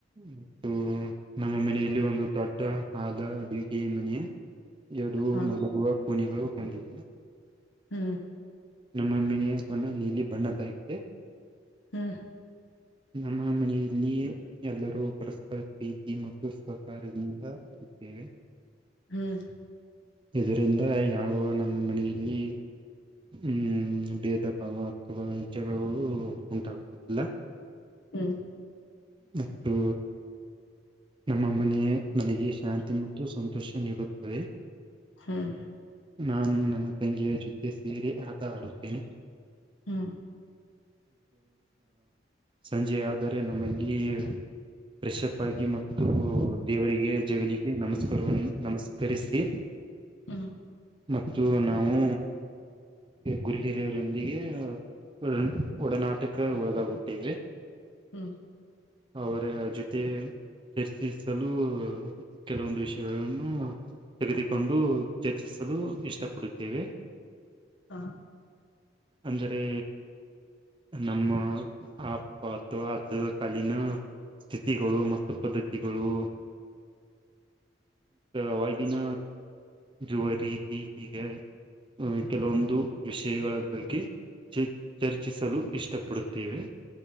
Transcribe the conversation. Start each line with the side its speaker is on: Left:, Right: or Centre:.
Right: ಮತ್ತು ನಮ್ಮ ಮನೆಯಲ್ಲಿ ಒಂದು ದೊಡ್ಡ ಹಾಲ ಅಡುಿಕಿ ಮನೆ ಎಡು
Left: ಹಾ
Right: ಮಲಗುವ ಕೋನಗಳು ಹೊಂದ
Left: ಹ್ಮ್
Right: ನಮ್ಮ ಮನಿಯಣ ನೀಲಿ ಬಣ್ಣದಾಗಿದೆ
Left: ಹ್ಮ
Right: ನಮ್ಮ ಮನೆಯಲ್ಲಿ ಎಲ್ಲರೂ ಪರಸ್ಪರ ಪ್ರೀತಿ ಮತ್ತು ಸಹಕಾರದಿಂದ ಇರುತ್ತೇವೆ
Left: ೀಳ್
Right: ಇದರಿಂದ ಯಾವ ನಮ್ಮ ಮನೆಯಲ್ಲಿ ಹ್ಮ್ ಭೇದ ಭಾವ ಅಥವಾಜಾಗವು ಉಂಟಾಗುವುದಿಲ್ಲ
Left: ಹ್ಮ್
Right: ಮತ್ತು ನಮ್ಮ ಮನೆಯ ನನಗೆ ಶಾಂತಿ ಮತ್ತು ಸಂತೋಷ ನೀಡುತ್ತದೆ
Left: ಹ್ಮ್
Right: ನಾನು ನನ್ನ ತಂಗೆಯ ಜೊತೆ ಸೇರಿ ಆಟ ಆಡುತ್ತೇನೆ
Left: ಹ್ಮ್
Right: ಸಂಜೆ ಆದರೆ ನಮ್ಮಲ್ಲಿ ಪ್ರ್ರೆಶ್ಪ್ ಆಗಿ ಮೆ ಇದು ದೇವರಿಗೆ ಜಗಳ ನಮಸ್ಕಾರ ನಮಸ್ಕರಿಸಿ
Left: ಹ್ಮ್
Right: ಮತ್ತು ನಾವು ಗುರಿ ಹಿರಿಯರೊಂದಿಗೆ ಒ ಒಡನಾಟಕ ಒಳಗಾಗುತ್ತೇವೆ
Left: ಹ್ಮ್
Right: ಅವರ ಜೊತೆ ಚರ್ಚಿಸಲು ಕೆಲವೊಂದು ವಿಷಯಗಳನ್ನು ತೆಗೆದುಕೊಂಡು ಹೆಚ್ಚಿಸಲು ಇಷ್ಟಪಡುತ್ತೇವೆ
Left: ಹಾ
Right: ಅಂದರೆ ನಮ್ಮ ಆ ಅಥವಾ ಅ್ದ ಕಾಲೀನ ಸ್ಥಿತಿಗಳು ಮತ್ತು ಪದ್ಧತಿಗಳು ಆವಾಗಿನ ಯುವ ರೀತಿ ಹೀಗೆ ಕೆಲವೊಂದು ವಿಷಯಗಳ ಬಗ್ಗೆ ಗೆ ಚ ಚರ್ಚಿಸಲು ಇಷ್ಟಪಡುತ್ತೇವೆ